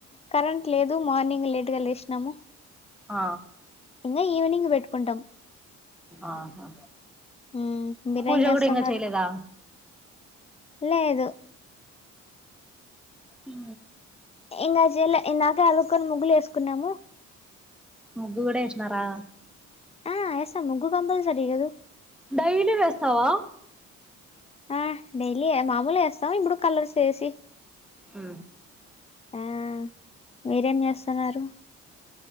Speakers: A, on the left; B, in the centre.
A: కరెంట్ లేదు మార్నింగ్ లేట్గా లేసినాము
B: ఆ
A: ఇంకా ఈవినింగ్ పెట్టుకుంటాం
B: ఆహా
A: మ్మ్ మీరేం
B: పూజ
A: చేస్తున్నారు
B: కూడా ఇంకా చెయలేదా
A: లేదు
B: ఉ
A: ఇంకా చెలా ఇందాకా అలాకొని ముగ్గులు వేసుకున్నాము
B: ముగ్గు కూడా వేసినారా
A: ఆ వేసా ముగ్గ కంపల్సరీ కదు
B: డైలీ వేస్తావా
A: ఆ డైలీ ఏ మామూలుస్తాం ఇప్పుడు కలర్స్ వేసి
B: ఆ
A: ఆ మీరేం చేస్త వసన్నారు.